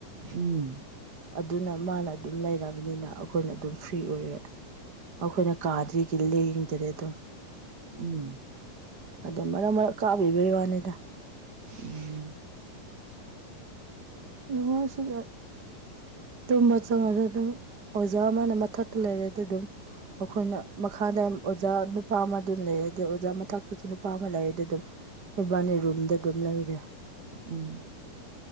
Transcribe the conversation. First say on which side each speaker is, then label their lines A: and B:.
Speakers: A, on the right; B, on the right.
A: ꯎꯝ
B: ꯑꯗꯨꯅ ꯃꯥꯅ ꯑꯗꯨꯝ ꯂꯩꯔꯝ ꯕꯅꯤꯅ ꯑꯩꯈꯣꯏꯅ ꯑꯗꯨꯝ ꯐ꯭ꯔꯤ ꯑꯣꯏꯔꯦ ꯑꯩꯈꯣꯏꯅ ꯀꯥꯗ꯭ꯔꯤꯒꯤ ꯂꯦꯡꯗ꯭ꯔꯦ ꯑꯗꯨꯝ
A: ꯎꯝ
B: ꯑꯗꯨꯣ ꯃꯔꯛ ꯃꯔꯛ ꯀꯥꯞꯕꯤꯕꯩ ꯋꯥꯅꯤꯗ
A: ꯎꯝ
B: ꯉꯁꯤꯗ ꯇꯨꯝꯕ ꯆꯪꯉꯒ ꯑꯗꯨꯝ ꯑꯣꯖꯥ ꯑꯃꯅ ꯃꯊꯛ ꯂꯩꯔꯦ ꯑꯗꯨ ꯑꯗꯨꯝ ꯑꯩꯈꯣꯏꯅ ꯃꯈꯥꯗ ꯑꯣꯖꯥ ꯅꯨꯄꯥ ꯑꯃ ꯑꯗꯨꯝ ꯂꯩꯔꯦꯗꯤ ꯑꯣꯖꯥ ꯃꯊꯇꯁꯨ ꯅꯨꯄꯥ ꯑꯃ ꯂꯩꯔꯗꯤ ꯑꯗꯨꯝ ꯏꯕꯥꯅꯤ ꯔꯨꯝꯗ ꯑꯗꯨꯝ ꯂꯩꯔꯦ
A: ꯎꯝ